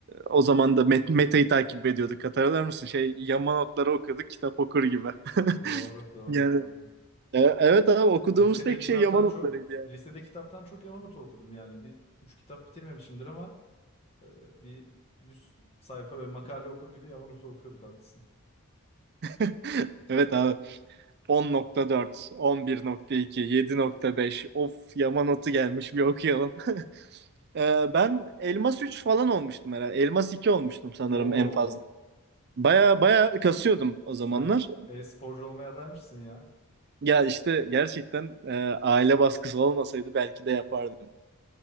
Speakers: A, on the right; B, on the left.
A: o zaman da met metayı takip ediyorduk. Hatırlar mısın? Şey yama notları okuduk kitap okur gibi. <laughs>
B: Doğru doğru
A: Yani
B: aynen.
A: e, evet abi okuduğumuz
B: Lisede
A: tek
B: kitaptan
A: şey yama notlarıydı
B: çok
A: yani.
B: lisede kitaptan çok Yamanote okudum yani. Bir üç kitap bitirmemişimdir ama e, bir 100 sayfa ve makale okur gibi Yamanote okuyorduk haklısın.
A: <laughs> Evet abi 10.4, 11.2, 7.5 of yama notu gelmiş bir okuyalım. <laughs> Ee, ben Elmas 3 falan olmuştum herhalde. Elmas 2 olmuştum sanırım
B: Oo
A: en fazla. Baya baya kasıyordum o
B: sen
A: zamanlar.
B: e-sporcu olmaya adaymışsın ya.
A: Ya işte gerçekten e, aile baskısı olmasaydı belki de yapardım.